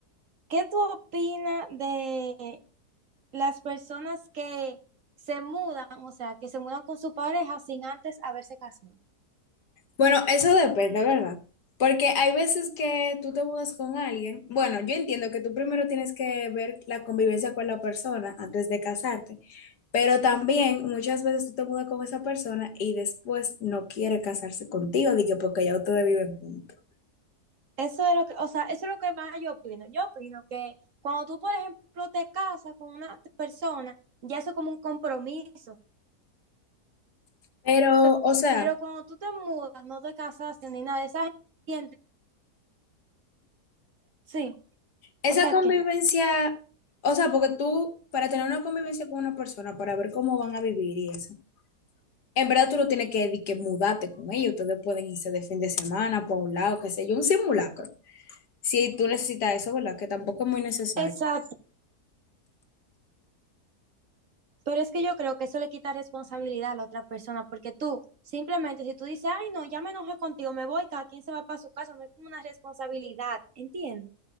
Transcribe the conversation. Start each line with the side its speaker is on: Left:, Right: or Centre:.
Right: qué tú opinas de las personas que se mudan, o sea, que se mudan con su pareja sin antes haberse casado?
Left: Bueno, eso depende, ¿verdad? Porque hay veces que tú te mudas con alguien. Bueno, yo entiendo que tú primero tienes que ver la convivencia con la persona antes de casarte, pero también muchas veces tú te mudas con esa persona y después no quiere casarse contigo, de que porque ya ustedes viven juntos.
Right: Eso es lo que, o sea, eso es lo que más yo opino. Yo opino que cuando tú, por ejemplo, te casas con una persona, ya eso es como un compromiso.
Left: Pero,
Right: Pero,
Left: o sea,
Right: pero cuando tú te mudas, no te casaste ni nada, esa gente siente- Sí,
Left: esa
Right: o sea
Left: convivencia,
Right: que,
Left: o sea, porque tú, para tener una convivencia con una persona, para ver cómo van a vivir y eso. En verdad tú no tienes que, di que mudarte con ellos, ustedes pueden irse de fin de semana para un lado, qué sé yo, un simulacro. Si tú necesitas eso, ¿verdad? Que tampoco es muy necesario.
Right: exacto. Pero es que yo creo que eso le quita responsabilidad a la otra persona, porque tú simplemente si tú dices, ay, no, ya me enojé contigo, me voy, cada quien se va para su casa, no es como una responsabilidad, ¿entiendes?